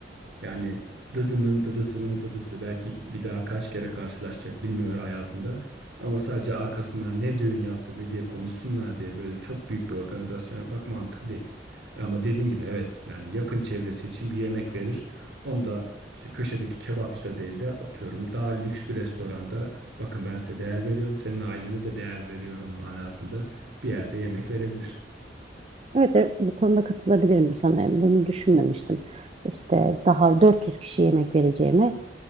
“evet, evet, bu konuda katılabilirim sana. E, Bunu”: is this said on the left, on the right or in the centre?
Right